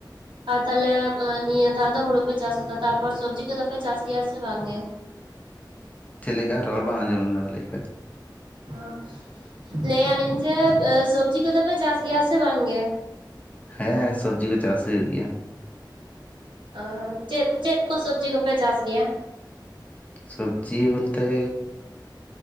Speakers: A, on the right (about 80°); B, on the left (about 20°).
A: ᱟᱨ ᱛᱟᱦᱞᱮ ᱮ ᱱᱤᱭᱟᱹ ᱫᱷᱟᱣ ᱫᱚ ᱦᱩᱲᱩ ᱯᱮ ᱪᱟᱥ ᱟᱛᱚ ᱛᱟᱯᱚᱨ ᱥᱚᱵᱽᱡᱤ ᱠᱚᱫᱚ ᱯᱮ ᱪᱟᱥ ᱜᱮᱭᱟ ᱥᱮ ᱵᱟᱝᱜᱮ?
B: ᱪᱮᱫ ᱞᱮᱠᱟ ᱨᱚᱲ ᱵᱟᱝ ᱟᱸᱡᱚᱢ ᱞᱮᱱᱟ ᱵᱷᱞᱮ ᱚᱠᱚᱡ?
A: ᱚ ᱞᱟᱹᱭᱮᱟᱞᱤᱧ ᱡᱮ ᱮ ᱥᱚᱵᱡᱽᱤ ᱠᱚᱫᱚ ᱯᱮ ᱪᱟᱥ ᱜᱮᱭᱟ ᱥᱮ ᱵᱟᱝ ᱜᱮ?
B: ᱦᱮᱸ ᱥᱚᱵᱽᱡᱤ ᱠᱚ ᱪᱟᱥ ᱦᱩᱭᱩᱜ ᱜᱮᱭᱟ᱾
A: ᱚ ᱪᱮᱫ ᱪᱮᱫ ᱠᱚ ᱥᱚᱵᱡᱤ ᱠᱚᱯᱮ ᱪᱟᱥ ᱜᱮᱭᱟ?
B: ᱥᱚᱵᱡᱤ ᱵᱚᱞᱛᱮ